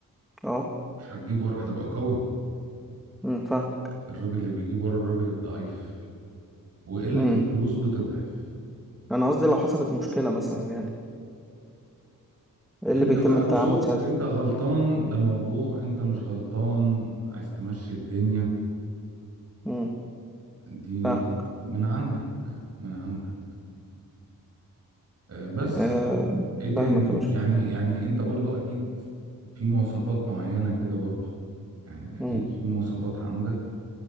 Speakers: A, in the centre; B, on the right.
A: اه
B: مش هتجيب ورا هتبقى قوي
A: امم فاهمك
B: الراجل اللي بيجيب ورا الراجل الضعيف وقلة
A: امم
B: الفلوس بتضعف
A: انا قصدي لو حصلت مشكله مثلا يعني ايه اللي
B: انت
A: بيتم
B: بقى
A: التعامل
B: وذوقك
A: ساعتها
B: انت غلطان ده موضوع انت مش غلطان عايز تمشي الدنيا
A: امم
B: دي
A: فاهمك
B: من عندك من عندك آه، بس
A: آه
B: ايه تاني
A: فاهمك يا باشا
B: يعني يعني انت برضو اكيد في مواصفات معينة كده برضو يعني اكيد
A: امم
B: في مواصفات عندك